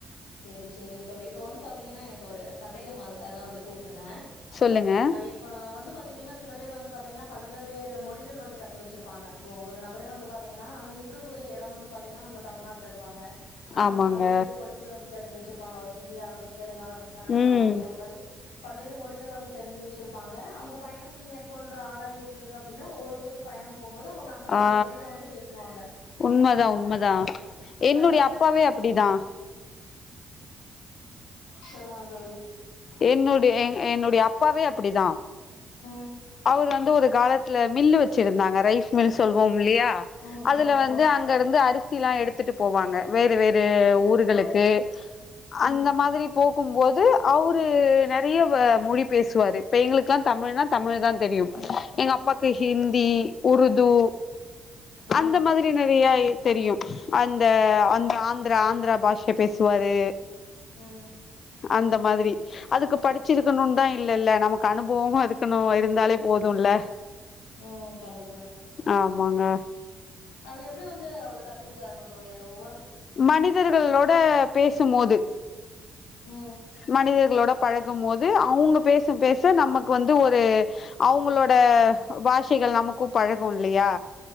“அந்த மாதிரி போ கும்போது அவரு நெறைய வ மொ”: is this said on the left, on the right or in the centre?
Left